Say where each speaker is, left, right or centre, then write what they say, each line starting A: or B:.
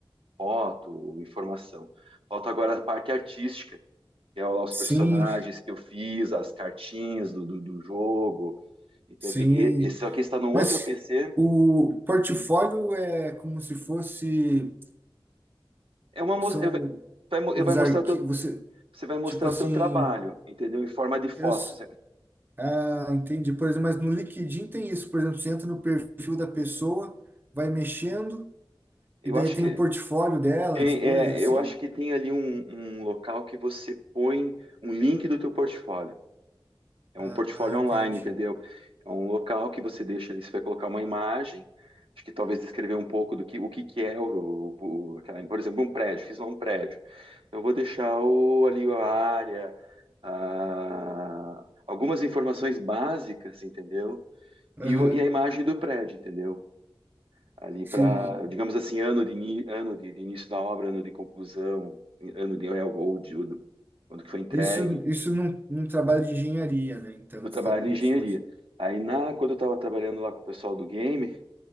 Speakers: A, on the right; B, on the right.
A: foto, informação. Falta agora a parte artística, que é lá os
B: sim,
A: personagens que eu fiz, as cartinhas do, do, do jogo. Então
B: sim.
A: tem que, esse aqui está no
B: Mas
A: outro PC.
B: o portfólio é como se fosse,
A: É uma, mo-
B: são
A: é- vai,
B: uns
A: vai mostrar
B: arquivos, você,
A: você vai mostrar
B: tipo assim,
A: o teu trabalho, entendeu? Em forma de foto.
B: eu, s-
A: Você-
B: ah, entendi. Por exemplo, mas no LinkedIn tem isso, por exemplo, você entra no perfil da pessoa, vai mexendo,
A: Eu
B: e daí
A: acho
B: tem
A: que
B: o portfólio dela,
A: tem,
B: as coisas
A: é,
B: assim.
A: eu acho que tem ali um, um local que você põe um link do teu portfólio. É um
B: Ah,
A: portfólio
B: entendi.
A: online, entendeu? É um local que você deixa ali, você vai colocar uma imagem, acho que talvez descrever um pouco do que o que que é o, o- o- aquela, por exemplo, um prédio, fiz lá um prédio. Então eu vou deixar o, ali a área, a- algumas informações básicas, entendeu?
B: Aham,
A: E, o- e a imagem do prédio, entendeu? ali
B: sim.
A: para, digamos assim, ano de, ini- ano de, de início da obra, ano de conclusão, ano de railroad, ou do- quando que foi entregue,
B: Isso, isso num, num trabalho de engenharia, né? Então,
A: meu
B: você
A: trabalho
B: está com
A: de engenharia.
B: suas.
A: Aí na, quando eu estava trabalhando lá com o pessoal do game,